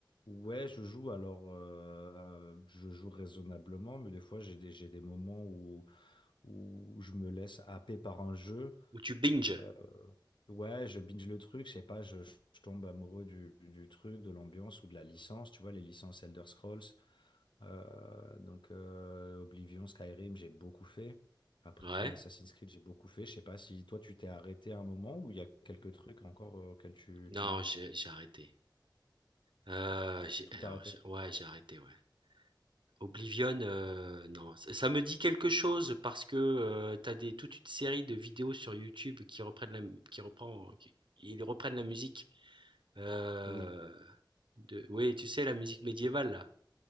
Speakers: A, on the left; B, on the right.
A: Ouais, je joue alors, euh, je joue raisonnablement, mais des fois j'ai des, j'ai des moments où, où je me laisse happer par un jeu
B: Ou tu binges?
A: euh, ouais, je binge le truc, je sais pas, je, je je tombe amoureux du, du truc, de l'ambiance ou de la licence, tu vois, les licences Elder Scrolls. Euh, donc euh, Oblivion, Skyrim, j'ai beaucoup fait. Après
B: Ouais.
A: Assassin's Creed, j'ai beaucoup fait. Je sais pas si toi tu t'es arrêté à un moment ou il y a quelques trucs encore euh, auxquels tu,
B: Non,
A: tu joues.
B: j'ai, j'ai arrêté. Euh, j'ai,
A: Tout
B: alors,
A: arrêté.
B: j'ai- ouais, j'ai arrêté, ouais. Oblivion, heu, non, ç ça me dit quelque chose parce que, heu, tu as des toute une série de vidéos sur YouTube qui reprennent la qui reprend qui ils reprennent la musique, heu,
A: Oui.
B: de oui, tu sais la musique médiévale là